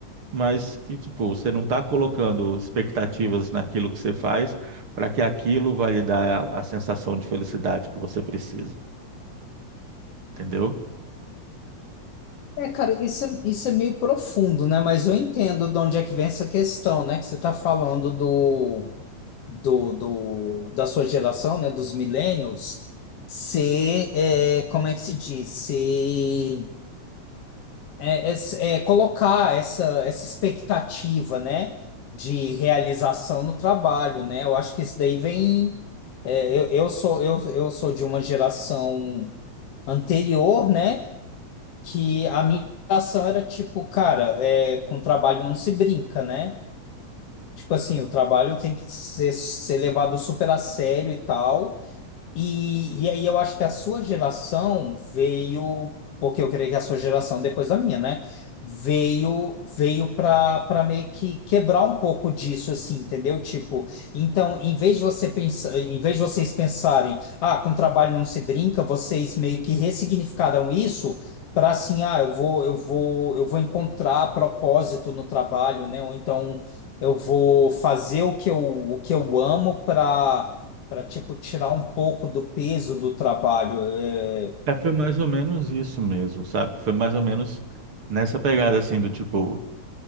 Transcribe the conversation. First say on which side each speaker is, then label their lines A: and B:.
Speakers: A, on the right; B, on the left.
A: mas que, tipo, você não está colocando expectativas naquilo que você faz para que aquilo vai lhe dar a, a sensação de felicidade que você precisa, entendeu?
B: É, cara, isso, isso é meio profundo, né? Mas eu entendo de onde é que vem essa questão, né? Que você está falando do, do, do, da sua geração, né? Dos millennials, ser, é, como é que se diz? Ser é, é- é colocar essa, essa expectativa, né, de realização no trabalho, né? Eu acho que isso daí vem. é, eu, eu sou eu, eu sou de uma geração anterior, né? Que a minha geração era tipo, cara, é, com trabalho não se brinca, né? Tipo assim, o trabalho tem que ser, ser levado super a sério e tal. E, e aí eu acho que a sua geração veio, porque eu creio que a sua geração depois da minha, né? Veio veio para para meio que quebrar um pouco disso assim, entendeu? Tipo, então, em vez de você pensar, em vez de vocês pensarem, ah, com trabalho não se brinca, vocês meio que ressignificaram isso para assim, ah, eu vou eu vou eu vou encontrar propósito no trabalho, né? Ou então eu vou fazer o que eu, o que eu amo para para tipo tirar um pouco do peso do trabalho. É,
A: É, foi mais ou menos isso mesmo, sabe? Foi mais ou menos nessa pegada, assim, do tipo,